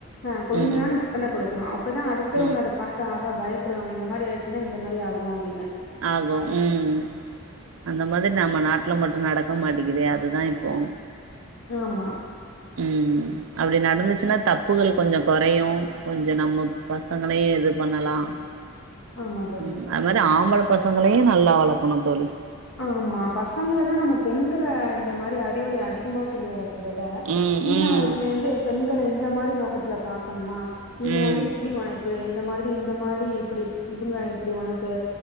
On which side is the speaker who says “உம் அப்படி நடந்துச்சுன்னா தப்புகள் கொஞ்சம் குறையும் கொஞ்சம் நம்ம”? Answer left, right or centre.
Right